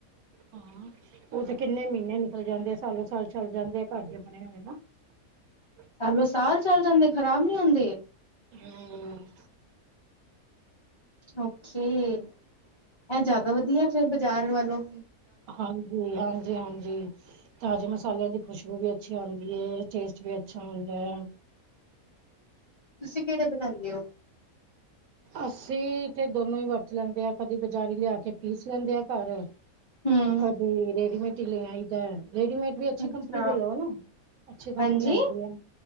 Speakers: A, on the right; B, on the left.
A: ਹਾਂ ਉਹ ਤੇ ਕਿੰਨੇ ਮੀਨੇ ਨਿਕਲ ਜਾਂਦੇ ਆ ਸਾਲੋ ਸਾਲ ਚੱਲ ਜਾਂਦੇ ਆ ਘਰਦੇ ਬਣੇ ਹੋਏ ਨਾ। <inaudible>
B: ਸਾਲੋ ਸਾਲ ਚੱਲ ਜਾਂਦੇ ਖ਼ਰਾਬ ਨੀ ਹੁੰਦੇ।
A: ਹਮ।
B: ਓਕੇੇ ਇਹ ਜ਼ਿਆਦਾ ਵਧੀਆ ਫੇਰ ਬਾਜ਼ਾਰ ਵਾਲੋ
A: ਹਾਂਜੀ-ਹਾਂਜੀ-ਹਾਂਜੀ। ਤਾਜ਼ੇ ਮਸਾਲਿਆਂ ਦੀ ਖੁਸ਼ਬੂ ਵੀ ਅੱਛੀ ਆਂਦੀ ਏ, ਟੇਸਟ ਵੀ ਅੱਛਾ ਹੁੰਦੇ ਐ।
B: ਤੁਸੀਂ ਕਿਹੜੇ ਬਨਾਦੇ ੳ।
A: ਅਸੀ ਤੇ ਦੋਨੋਂ ਈ ਵਰਤ ਲੈਂਦੇ ਆ, ਕਦੀ ਬਾਜ਼ਾਰੀ ਲਿਆ ਕੇ ਪੀਸ ਲੈਂਦੇ ਆ ਘਰ
B: ਹੂੰ,
A: ਕਦੇ ਰੇਡੀਮੇਟ ਈ ਲੇ ਆਈ ਦਾ। ਰੇਡੀਮੇਡ ਵੀ ਅੱਛੀ
B: ਅੱਛਾ,
A: ਕੰਪਨੀ ਦੇ ਲੋ ਨਾ ਅੱਛੀ ਕੰਪਨੀ
B: ਹਾਂਜੀ।
A: ਆਂਦੀ ਏ।